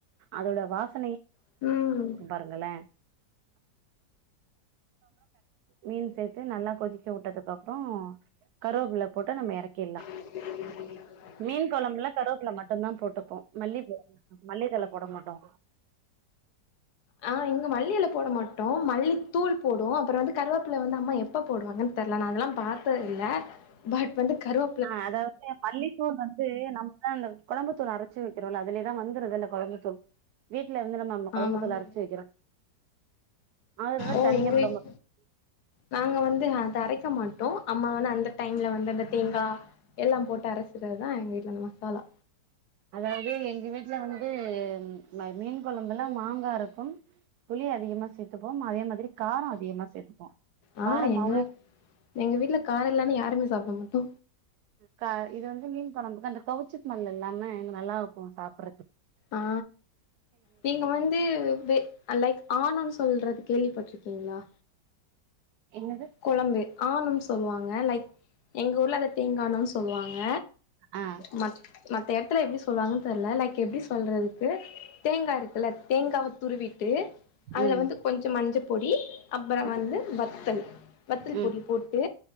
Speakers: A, on the right (about 70°); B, on the left (about 65°).
A: அதோட வாசனயே
B: ம்
A: <inaudible> பாருங்களே மீன் சேத்து நல்லா கொதிக்க உட்டதுக்கப்றோ கருவேப்பில்ல போட்டு நம்ம எறக்கீர்லா
B: உஹ
A: மீன் கொழம்புல கருவேப்பில மட்டுந்தா போட்டுப்போ மல்லி போட மாட்டோ மல்லி தழ போட மாட்டோ
B: ஆ இங்க மல்லி எல போட மாட்டோ மல்லி தூள் போடுவோ அப்பறோ வந்து கருவேப்பில வந்து அம்மா எப் எப்ப போடுவாங்கன்னு தெரல நா அதெல்லா பாத்தது இல்ல பட் வந்து கருவ
A: ஆ அதாவ மல்லி தூள் வந்து நம்ம தா அந்த கொழம்புத்தூள் அரைச்சு வெக்கிறோல்ல அதுலயேதா வந்துருது இல்ல கொழம்புத்தூள் வீட்டுல வந்து நம்ம கொழம்புத்தூள்
B: ஆமாங்க
A: அரைச்சு வெக்கிறோ அதுல என்ன
B: ஓ
A: தனியா
B: எங்க
A: போடம்பு
B: வீட் நாங்க வந்து அத அரைக்க மாட்டோ அம்ம வந்து அந்த டைம்ல வந்து அந்த தேங்கா எல்லா போட்டு அரைசுறதுதா எங்க வீட்டுல அந்த மசாலா
A: அதாவது எங்க வீட்டுல வந்து மீன் கொழம்புல மாங்கா இருக்கும் புளி அதிகமா சேர்த்துப்போம் அதே மாதிரி காரம் அதிகமா சேத்துப்போ
B: ஆ
A: காரமாவு
B: எங்க எங்க வீட்டுல காரோ இல்லேனா யாருமே சாப்பிட மாட்டோ
A: கா இது வந்து மீன் கொழம்பு தான அந்த கவுச்சி ஸ்மெல் இல்லாம நல்லா இருக்கு சாப்பிடடுறதுக்கு
B: ஆ நீங்க வந் து வே லைக் ஆனோனு சொல்றது கேள்விப்பட்டிருக்கீங்களா
A: என்னது
B: கொழம்பு ஆணும்ன்னு சொல்லுவாங்க லைக் எங்க ஊர்ல அதை தேங்கானும்ன்னு சொல்லுவாங்க
A: ஆ
B: ம மத்த எடத்துல எப்படி சொல்லுவாங்கன்னு தெரியல லைக் எப்படி சொல்றதுக்கு தேங்கா இருக்குல்ல தேங்கா துருவிட்டு அதில
A: ம்
B: வந்து கொஞ்சு மஞ்ச பொடி அப்புறோ
A: ம்
B: வந்து வத்தல் வத்தல்
A: ம்
B: பொடி போட்டு